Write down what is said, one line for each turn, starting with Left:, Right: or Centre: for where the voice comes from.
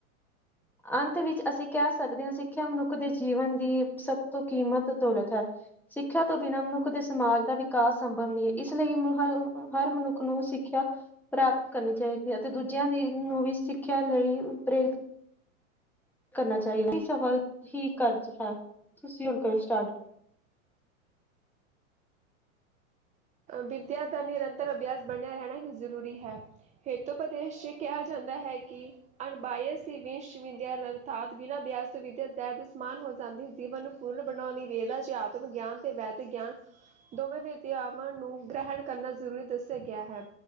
Centre: ਅੰਤ ਵਿੱਚ ਅਸੀਂ ਕਹਿ ਸਕਦੇ ਆ, ਸਿੱਖਿਆ ਮਨੁੱਖ ਦੇ ਜੀਵਨ ਦੀ ਸਭ ਤੋਂ ਕੀਮਤ ਦੌਲਤ ਹੈ। ਸਿੱਖਿਆ ਤੋਂ ਬਿਨਾਂ ਮਨੁੱਖ ਦੇ ਸਮਾਜ ਦਾ ਵਿਕਾਸ ਸੰਭਵ ਨੀ ਏ, ਇਸ ਲਈ ਮੁਹ, ਹਰ ਮਨੁੱਖ ਨੂੰ ਸਿੱਖਿਆ ਪ੍ਰਾਪਤ ਕਰਨੀ ਚਾਈਦੀ ਹੈ ਅਤੇ ਦੂਜਿਆਂ ਦੀ ਨੂੰ ਵੀ ਸਿੱਖਿਆ ਲਈ ਪ੍ਰੇਰਿਤ ਕਰਨਾ ਚਾਹੀਦਾ, ਕੁੱਕੀ ਸਫਲ ਹੀ ਕਰਜ ਹੈ, ਤੁਸੀਂ ਹੁਣ ਕਰੋ ਸਟਾਰਟ।
Right: ਵਿੱਦਿਆ ਦਾ ਨਿਰੰਤਰ ਅਭਿਆਸ ਬਣਿਆ ਰਹਿਣਾ ਹੀ ਜ਼ਰੂਰੀ ਹੈ। ਹੇਤੂ ਪ੍ਰਦੇਸ਼ ਚ ਏਹ ਕਿਹਾ ਜਾਂਦਾ ਹੈ ਕਿ ਅਣਬਾਈਸੀ ਵਿਸ਼ ਵਿਦਿਆ ਲੱਲਥਾਤ, ਬਿਨਾਂ ਅਭਿਆਸ ਤੋਂ ਵਿਦਿਆਨ ਜ਼ੇਰ ਦੇ ਸਮਾਨ ਹੋ ਜਾਂਦੀ ਹੁੰਦੀ, ਮੈਨੂੰ ਪੂਰਨ ਬਣਾਉਣੀ ਲਈ ਵੇਦਾਂ ਚ ਆਤਮ ਗਿਆਨ ਤੇ ਵੈਦਿਕ ਗਿਆਨ, ਦੋਵੇਂ ਵਿਦਿਆਵਾਂ ਨੂੰ ਗ੍ਰਹਿਣ ਕਰਨਾ ਜ਼ਰੂਰੀ ਦੱਸਿਆ ਗਿਆ ਹੈ।